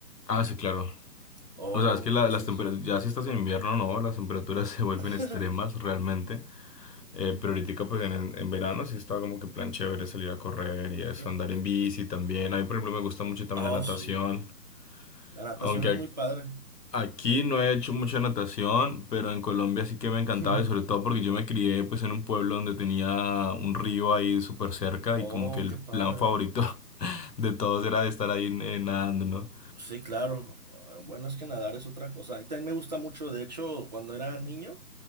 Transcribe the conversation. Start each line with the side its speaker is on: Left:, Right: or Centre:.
Left: Ah, sí, claro.
Right: Oh,
Left: O sea, es que la-
Right: pues
Left: las
Right: sí, es
Left: temperaturas,
Right: cierto.
Left: ya si estás en invierno, no, las temperaturas <laughs> se vuelven
Right: <laughs>
Left: extremas realmente. Eh, pero ahorita, pues en, en en verano sí está como que plan chévere salir a correr y eso,
Right: Eh,
Left: andar en bici
Right: eh,
Left: también. A mí, por ejemplo, me gusta mucho también
Right: Oh,
Left: la natación.
Right: sí. La natación
Left: Aunque
Right: es
Left: ac-
Right: muy padre.
Left: aquí no he hecho mucha natación, pero en Colombia sí que me encantaba
Right: <laughs>
Left: y sobre todo porque yo me crié pues en un pueblo donde tenía un río ahí súper cerca
Right: Oh,
Left: y como que el
Right: qué padre.
Left: plan favorito <laughs> de todos era estar ahí eh, nadando, ¿no?
Right: Sí, claro. Ah, Bueno, es que nadar es otra cosa. Y también me gusta mucho, de hecho, cuando era niño,